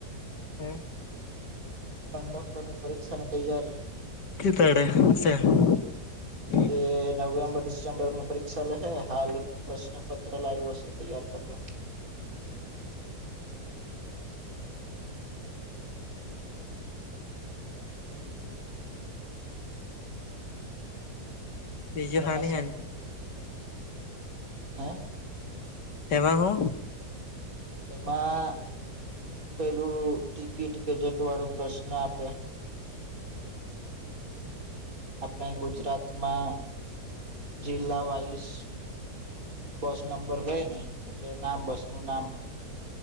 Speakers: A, on the left (about 85°); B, on the right (about 55°).
A: હે.
B: કંડક્ટર ની પરીક્ષાની તૈયારી.
A: કેતાડે છે <unintelligible>
B: એ નવેમ્બર ડિસેમ્બર માં પરીક્ષા લેહે હાલ. પ્રશ્નપત્ર લાવ્યો શુ તૈયારી કરવા.
A: <inaudible> તેજું
B: એમાં
A: હાની હાની.
B: હા.
A: તેવા હો.
B: એમાં પેલું ટિકિટ ગેજેટ વાળું પ્રશ્ન આપે આપણે ગુજરાતમાં જિલ્લા વાઈઝ બસ નંબર હોયને એટલે નામ બસ નું નામ